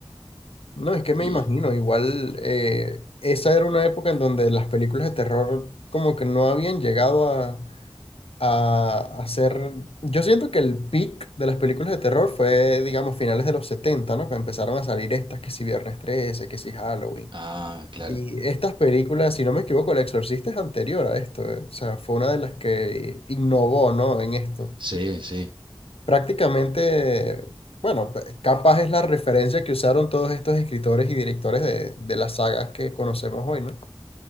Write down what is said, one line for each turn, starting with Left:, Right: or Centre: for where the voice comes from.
Left: No, es que me
Right: Y,
Left: imagino, igual eh, esa era una época en donde las películas de terror como que no habían llegado a, a, a ser... Yo siento que el peak de las películas de terror fue, digamos, finales de los setenta ¿no? Que empezaron a salir estas, que si Viernes 13, que si Halloween.
Right: ah, claro,
Left: Y estas películas, si no me equivoco, El Exorcista es anterior a esto, eh, O sea, fue una de las que innovó, ¿no? En esto.
Right: sí, sí.
Left: Prácticamente, bueno, pe- capaz es la referencia que usaron todos estos escritores y directores de, de las sagas que conocemos hoy, ¿no?